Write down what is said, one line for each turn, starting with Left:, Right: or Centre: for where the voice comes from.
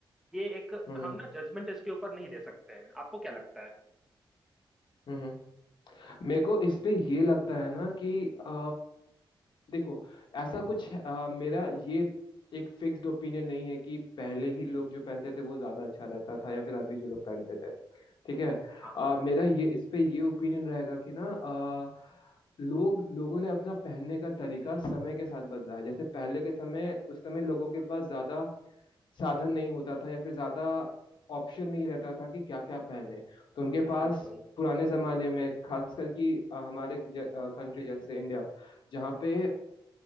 Centre: ये एक
Left: हम्म
Centre: हम ना जजमेंट इसके ऊपर नहीं दे सकते हैं आपको क्या लगता है
Left: हम्म हम्म। मेरे को इस पे ये लगता है ना कि अ, देखो ऐसा कुछ अ, मेरा ये एक फिक्स्ड ओपिनियन नहीं है कि पहले ही लोग जो पहनते थे वो ज्यादा अच्छा रहता था या फिर अभी जो लोग पहनते थे ठीक है
Centre: हाँ
Left: अ, मेरा ये इस पे ये ओपिनियन रहेगा कि ना अ, लोग लोगों ने अपना पहनने का तरीका समय के साथ बदला है जैसे पहले के समय उस समय लोगों के पास ज्यादा साधन नहीं होता था या फिर ज्यादा ऑप्शन नहीं रहता था कि क्या क्या पहने तो उनके पास
Centre: बिल्कुल
Left: पुराने जमाने में खासकर कि अ, हमारे कंट्री जैसे इंडिया जहाँ पे